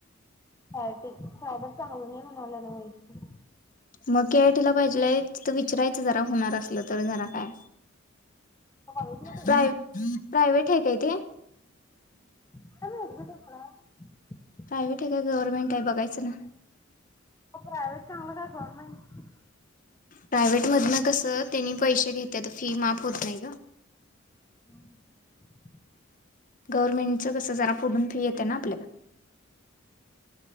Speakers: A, on the left (about 15°); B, on the left (about 40°).
A: सायटी सायबर चांगलं नाही म्हणाला ना वैशी
B: मग के आयटीला पाहिजे. तिथं वी विचरायच जरा होणार असलं तर जरा काय.
A: कॉलेजला काय
B: प्राय प्रायवेट आहे काय ते? <inaudible>
A: मरबट कोड <unintelligible>
B: प्रायव्हेट आहे का गवर्नमेंट आहे बघायचं ना.
A: प्रायव्हेट चांगलं काय गव्हर्नमेंट?
B: प्रायवेट मधन कसं त्यांनी पैसे घेतले तर फी माफ होत नाही ग.
A: हम्
B: गव्हर्नमेंटच कसं जरा फोडून फी येते ना आपल्या कड.